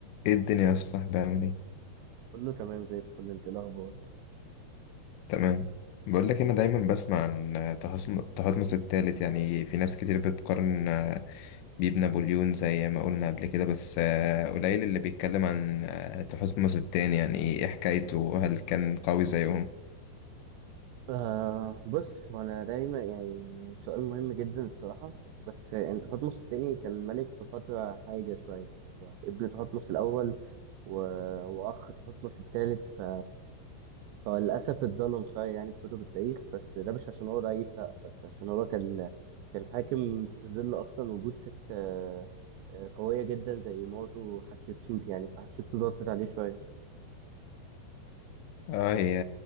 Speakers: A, on the left; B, on the right.
A: ايه الدنيا يا صاحبي عامل ايه
B: كله تمام زي الفل انت ايه الاخبار
A: تمام بقول لك انا دايما بسمع عن تهصم- تهطمس الثالث يعني في ناس كتير بتقارن آه، بيه بنابليون زي ما قلنا قبل كده بس آه، قليل اللي بيتكلم عن آه، تهصمس التاني يعني ايه حكايته هل كان قوي زيهم
B: آه بص وانا دايما يعني سؤال مهم جدا الصراحه بس انت حتمس التاني كان ملك في فتره حاجه شويه وابن تحتمس الاول و... واخ تحتمس التالت ف... فللاسف اتظلم شويه يعني في كتب التاريخ بس ده مش عشان هو ضعيف لا بس عشان هو كان كان حاكم في ظل اصلا وجود ست آه، آه، قويه جدا زي مراته حتشبسوت يعني فحتشبسوت ضغطت عليه شويه
A: اه هي